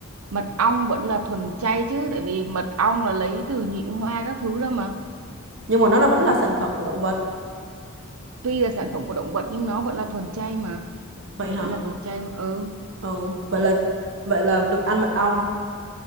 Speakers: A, on the right (about 80°); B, on the right (about 60°).
A: mật ong vẫn là thuần chay chứ tại vì mật ong là lấy từ nhị hoa các thứ đó mà
B: Nhưng mà nó là vẫn là sản phẩm của động vật.
A: tuy là sản phẩm của động vật nhưng nó vẫn là thuần chay mà
B: Vậy hả?
A: vẫn là đồ chay mà. Ừ.
B: Ừ, vậy là vậy là được ăn mật ong.